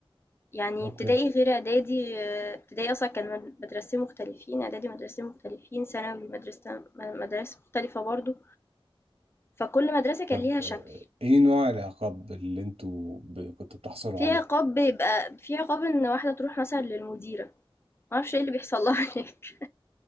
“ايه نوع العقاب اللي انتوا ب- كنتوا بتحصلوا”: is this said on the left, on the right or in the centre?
Right